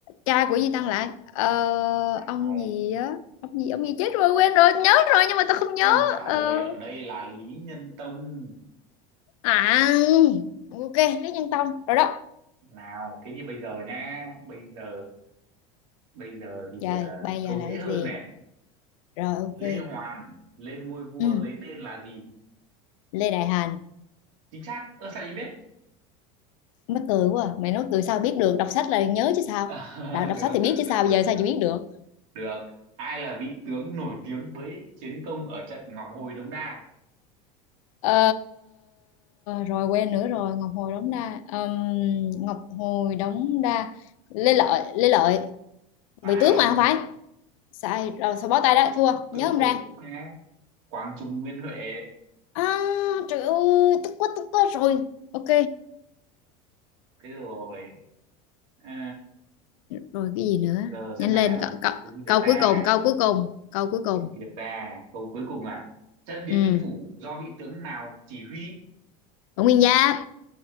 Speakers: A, on the left (about 80°); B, on the right (about 70°).
A: cha của Duy Tăng lại ờ,
B: nào
A: ông gì á ông gì ông gì chết rồi quên rồi nhớ rồi nhưng mà tao không nhớ
B: câu trả
A: Ờ,
B: lời ở đây là Lý Nhân Tông
A: À, ok, Lý Nhân Tông rồi đó.
B: nào thế thì bây giờ nhá bây giờ bây giờ thì
A: Trời,
B: ờ,
A: bây
B: câu
A: giờ là
B: dễ
A: cái
B: hơn
A: gì?
B: này
A: Rồi ok.
B: Lê Hoàn lên ngôi vua
A: Ừ,
B: lấy tên là gì
A: Lê Đại Hành.
B: chính xác ơ sao chị biết
A: Mắc cười quá. à. Mày nói cười sao biết được, đọc sách là nhớ chứ sao?
B: <laughs>
A: Đã đọc
B: được
A: sách thì
B: được
A: biết chứ
B: được
A: sao, bây
B: được
A: giờ sao
B: được
A: chị biết được?
B: được ai là vị tướng nổi tiếng với chiến công ở trận Ngọc Hồi Đống Đa
A: Ờ, rồi quên nữa rồi, Ngọc Hồi Đống Đa. Ờm, Ngọc Hồi Đống Đa. Lê Lợi, Lê Lợi,
B: phải
A: bị tướng mà không phải. Sai, rồi sao bó tay đó, thua,
B: vị
A: nhớ
B: tướng
A: không
B: nổi
A: ra.
B: tiếng mà Quang Trung Nguyễn Huệ
A: À, trời ơi, tức quá tức quá rồi. Ok,
B: thế rồi À,
A: rồi cái gì nữa
B: giờ
A: nhanh
B: xem nào
A: lên câu, câu,
B: cái gì được
A: câu
B: ta
A: cuối cùng câu cuối cùng câu cuối cùng
B: Nên Việt ta câu cuối cùng à trận Điện
A: ừ
B: Biên Phủ do vị tướng nào chỉ huy
A: Bổng Nguyên Giáp